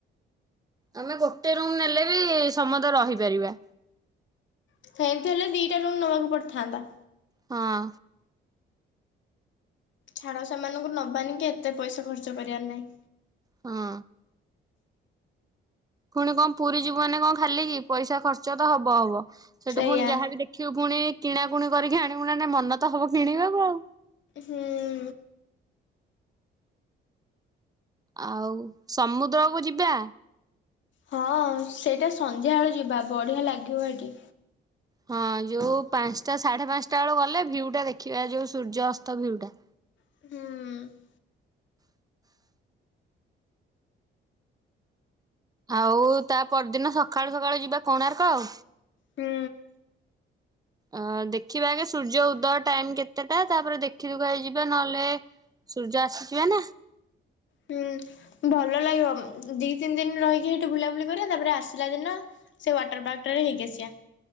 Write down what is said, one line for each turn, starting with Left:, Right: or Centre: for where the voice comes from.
Right: ଆମେ ଗୋଟେ ରୁମ୍ ନେଲେ ବି ସମସ୍ତେ ରହିପାରିବା।
Left: ସେମିତି ହେଲେ ଦିଟା ରୁମ୍ ନବାକୁ ପଡିଥାନ୍ତା।
Right: ହଁ।
Left: ଛାଡ଼ ସେମାନଙ୍କୁ ନବାନିକି ଏତେ ପଇସା ଖର୍ଚ୍ଚ କରିବାର ନାଇଁ।
Right: ହଁ। ଫୁଣି କଣ ପୁରୀ ଯିବୁ ମାନେ କଣ ଖାଲିକି ପଇସା ଖର୍ଚ୍ଚ ତ ହବ ହବ ସେଠୁ
Left: ସେଇଆ
Right: ପୁଣି ଯାହାବି ଦେଖ ଦେଖିବୁ ପୁଣି କିଣାକୁଣି କରିକି ଆଣିବୁ ନା ନାଇଁ ମନ ତ ହବ କିଣିବାକୁ ଆଉ।
Left: ହୁଁ।
Right: ଆଉ ସମୁଦ୍ରକୁ ଯିବା?
Left: ହଁ ସେଇଟା ସନ୍ଧ୍ୟାବେଳେ ଯିବା ବଢ଼ିଆ ଲାଗିବ ସେଠି।
Right: ହଁ ଯୋଉ ପାଞ୍ଚଟା ସାଢେ ପାଞ୍ଚଟା ବେଳକୁ ଗଲେ ଭିୟୁଟା ଦେଖିବା ଯୋଉ ସୂର୍ଯ୍ୟ ଅସ୍ତ ଭିୁୟୁଟା।
Left: ହୁଁ।
Right: ଆଉ ତା ପରଦିନ ସକାଳୁ ସକାଳୁ ଯିବା କୋଣାର୍କ ଆଉ।
Left: ହୁଁ
Right: ଅ ଦେଖିବା ଆଗେ ସୂର୍ଯ୍ୟ ଉଦୟ ଟାଇମ୍ କେତେଟା ତାପରେ ଦେଖିଦୁଖାକି ଯିବା ନହେଲେ ସୂର୍ଯ୍ୟ ଆସୁ ଯିବା ନା।
Left: ହୁଁ ଭଲ ଲାଗିବ ଉଁ ଦି ତିନି ଦିନ ରହିକି ସେଠି ବୁଲାବୁଲି କରିବା ତାପରେ ଆସିଲା ଦିନ ସେ ୱାଟର ପାର୍କଟାରେ ହେଇକି ଆସିବା।